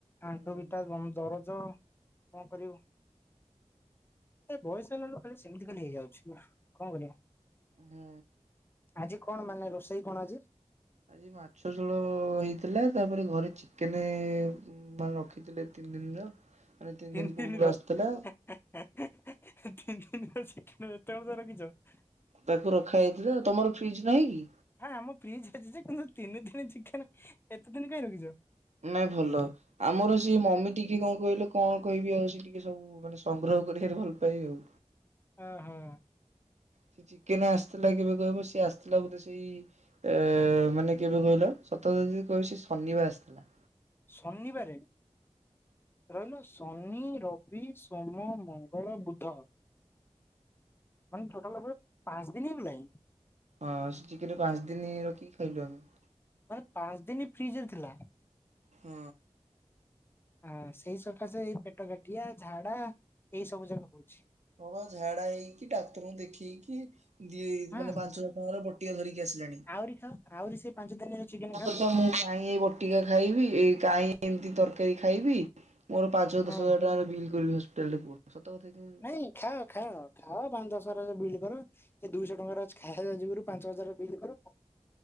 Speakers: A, on the left (about 20°); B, on the right (about 75°).
A: ଆଣ୍ଠୁ
B: ହୁଁ
A: ବିିଟା ଗମ୍ ଦରଜ। କଣ କରିବୁ? ଏ ବୟସ ହେଲାଳୁ ଖାଲି ସେମିତି ଖାଲି ହେଇଯାଉଛି ନା, କଣ କରିବା?
B: ହୁଁ।
A: ଆଜି କଣ ମାନେ ରୋଷେଇ କଣ ଆଜି?
B: ଆଜି ମାଛ ଝୋଳ ହୋଇଥିଲା, ତାପରେ ଘରେ ଚିକେନେ ମାନେ ରଖିଥିଲେ ତିନ ତିନ ଦିନର। ମାନେ
A: ତିନି ଦିନ
B: ପୂର୍ବରୁ ଆସିଥିଲା
A: ର। ତିନ ଦିନ ତିନ ଦିନର ଏତବେଳ ଯାଏ ରଖିଛ?
B: ତାକୁ ରଖା ହେଇଥିଲା ଆଉ। ତମର ଫ୍ରିଜ ନାହିଁ କି?
A: ହଁ ଆମ ଫ୍ରିଜ୍ ଅଛି ଯେ କିନ୍ତୁ ତିନି ଦିନି ଚିକେନେ। ଏତେ ଦିନ କାଇଁ ରଖିଚ?
B: ନାଇଁ ଭଲ। ଆମର ସିଏ ମମି ଟିକେ କଣ କହିଲ, କଣ କହିବି ଆଉ ଟିକେ ଟିକେ ସବୁ ମାନେ ସଂଗ୍ରହ କରିକାରି ଭଲ ପାଇ ଆଉ।
A: ହ ହଁ।
B: ସେ ଚିକେନେ ଆସିଥିଲା କେବେ କହିବ? ସିଏ ଆସିଥିଲା ବୋଧେ ସେଇ ଅ ମାନେ କେବେ କହିଲ? ସତ ଯଦି କହିବି ସେଇ ଶନିବାର ଆସିଥିଲା।
A: ଶନିବାରେ, ରହିଲ ଶନି, ରବି, ସୋମ, ମଙ୍ଗଳ, ବୁଧ ମାନେ ଟୋଟାଲ ଉପରେ ପାଞ୍ଚ ଦିନ ହେଇଗଲାଇଁ।
B: ହଁ ସେ ଚିକେନେ, ପାଞ୍ଚ ଦିନି ରଖିକି ଖାଇଲୁ ଆମେ।
A: ମାନେ ପାଞ୍ଚ ଦିନି ଫ୍ରିଜରେ ଥିଲା?
B: ହଁ।
A: ହଁ ସେଇ ସକାଶେ ଏଇ ପେଟ କାଟିଆ, ଝାଡା, ଏଇସବୁ ଯାକ ହଉଛି।
B: ହଁ ବା ଝାଡା ହେଇକି, ଡାକ୍ତରଙ୍କୁ ଦେଖେଇକିି ଦି
A: ହଁ
B: ମାନେ ପାଞ୍ଚହଜାର ଟଙ୍କାର ବଟିକା ଧରିକି ଆସିଲେଣି।
A: ଆହୁରି ଖାଅ ଆହୁରି ସେଇ ପାଞ୍ଚ ଦିନ ଚିକେନ
B: ମ
A: ଖାଅ
B: ତ ମୁଁ କାଇଁ ଏଇ ବଟିକା ଖାଇବି, ଏ କାହିଁ ଏମିତି ତରକାରୀ ଖାଇବି ମୋର ପାଞ୍ଚ ହଜାର
A: ହଁ
B: ଦଶ ହଜାର ଟଙ୍କାର ବିଲ୍ କରିବି ହସ୍ପିଟାଲରେ କୁହ। କଥା କି
A: ନାଇଁ ଖାଅ ଖାଅ ଖାଅ। ପାଞ୍ଚ ଦଶ ହଜାର ବିଲ୍ କର, ଏ ଦୁଇଶହ ଟଙ୍କାର ଆଜି ଖାଇବା ଯୁଗୁରୁ ପାଞ୍ଚ ହଜାରର ବିଲ୍ କର